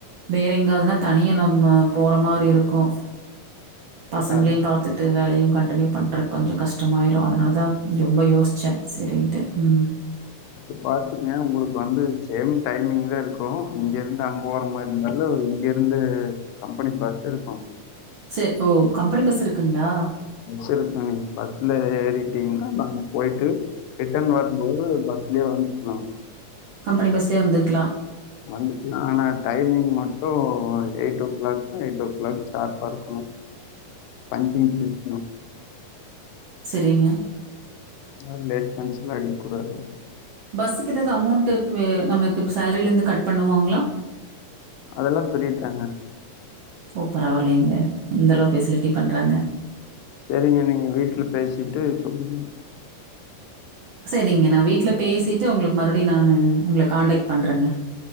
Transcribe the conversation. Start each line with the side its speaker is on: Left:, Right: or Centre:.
Right: வேற எங்காதுன்னா தனியா நம்ம போற மாரி இருக்கு பசங்களையு
Left: அது
Right: பாத்துட்டு வேலையு கன் டினியூ பண்றக்கு கொஞ்சோ கஷ்டமாயிறு அதனால தா ரொம்ப யோச்சே செரின்ட்டு ம்
Left: அது பாத்துங்க உங்களுக்கு வந்து சேம் டைமிங் தா இருக்கு இங்க இருந்து அங்க போற மாரி இருந்தாலு இங்க இருந்து கம்பெனி பஸ் இருக்கு
Right: செ ஓ கம்பெனி பஸ் இருக்குங்க்ளா
Left: வச்சு இருக்காங் நீ பஸ்ல ஏறிட்டீங்கன்னா நாங்க போயிட்டு ரிட்டன் வரும்போது ப ஸ்லயே வந்துக்லா
Right: கம்பெனி பஸ்லயே வந்துக்லா
Left: வந்துக்லா ஆனா டைமிங் மட்டு eight o'clock eight o'clock சார்பா இருக்கனு அ <unintelligible> இருக்கனு
Right: செரிங்க
Left: ந லேட் பஞ்சுல அடிக் கூடாது
Right: பஸ்ஸுக்கு ஏதாவது அமௌண்டுப்பே நமக்கு சேலரில இருந்து கட் பண்ணுவாங்களா
Left: அதெல்லா ஃபிரித்தாங்க
Right: ஓ பரவாயில்லைங்க இந்தளவு ஃபெசிலிட்டி பண்றாங்க
Left: செரிங்க நீங்க வீட்டுல பேசிட்டு சொல்லுங்க
Right: செரிங்க நா வீட்டு்ல பேசிட்டு உங்களுக்கு மறுபடியு நானு உங்கள காண்டாக்ட் பண்றேங்க